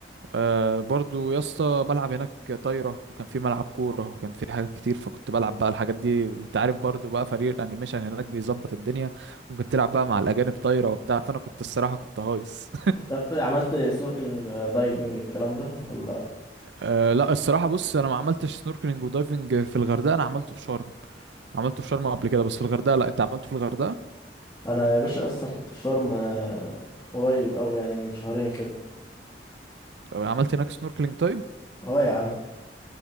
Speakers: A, on the right (about 75°); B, on the left (about 20°).
A: آه برضو يا اسطى بلعب هناك طايرة وكان في ملعب كورة وكان في حاجات كتير فكنت بلعب بقى الحاجات دي وانت عارف برضو بقى فريق الانيميشن هناك بيظبط الدنيا ممكن تلعب بقى مع الأجانب طايرة وبتاع فأنا كنت الصراحة كنت هايص
B: لا طب عملت سنوركلينج دايفنج الكلام ده ولا
A: أه لا الصراحة بص أنا ما عملتش سنوركلينج ودايفنج في الغردقة أنا عملته في شرم عملته في شرم قبل كده بس في الغردقة لا أنت عملته في الغردقة
B: انا يا باشا اصلا كنت في شرم آه، قريب قوي يعني من شهرين كده
A: أه، عملت هناك سنوركلينج طيب
B: اه يا عم